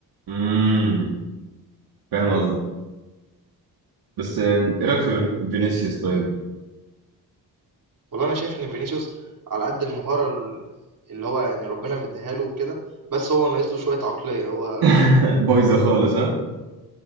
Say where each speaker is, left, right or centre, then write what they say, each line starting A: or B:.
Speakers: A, on the right; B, on the right.
A: امم فاهم قصدك بس آه، ايه رايك في فينيسيوس طيب
B: والله انا شايف ان فينيسيوس على قد المهاره ال- اللي هو يعني ربنا مديها له وكده بس هو ناقص له شويه عقليه هو
A: <laughs> بايظه خالص ها